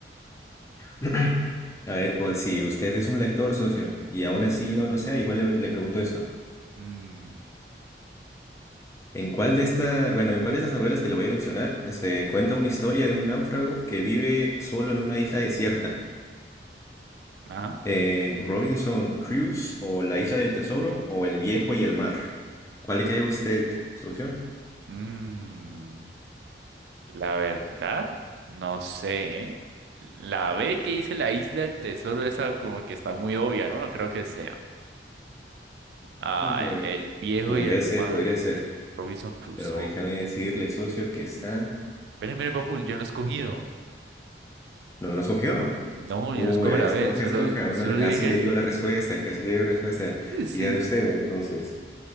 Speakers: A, on the left; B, on the right.
A: <clears throat> A ver, por si usted es un lector, socio, y aún
B: Mm,
A: así no lo sea, igual le, le pregunto esto.
B: mm,
A: ¿En cuál de esta, bueno, en cuál de estas novelas que le voy a mencionar se cuenta una historia de un náufrago que vive solo en una isla desierta?
B: ajá.
A: en Robinson Crusoe o La Isla del Tesoro o El Viejo y el Mar. ¿Cuál cree usted, socio?
B: Mm, la verdad, no sé, ¿eh? La B que dice la isla del tesoro, esa como que está muy obvia, ¿no? No creo que sea. Ah,
A: A
B: el, el viejo
A: podría
B: y el
A: ser,
B: mar.
A: podría ser.
B: Robinson Crusoe.
A: Pero déjame decirle, socio, que está.
B: Pero mire, papu, yo no he escogido.
A: No lo escogió.
B: No,
A: Uy,
B: yo no escojo
A: a ver,
B: la
A: escoja,
B: B, solo,
A: escoja. Uno
B: solo
A: le- casi
B: dije.
A: le digo la respuesta, casi le digo la respuesta.
B: Sí,
A: Dígame usted, entonces.